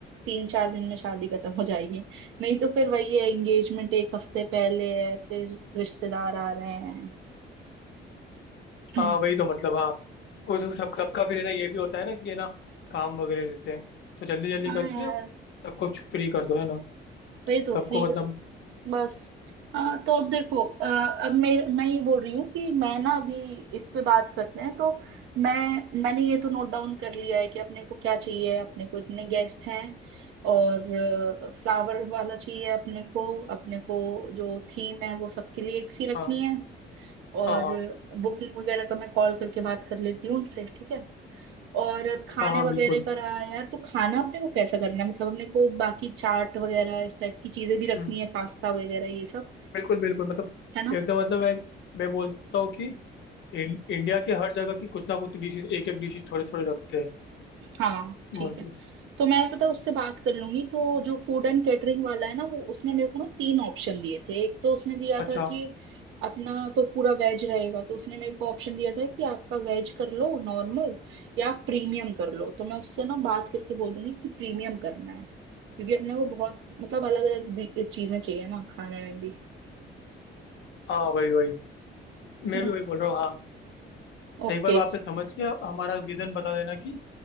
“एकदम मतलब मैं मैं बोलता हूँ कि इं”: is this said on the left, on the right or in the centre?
Left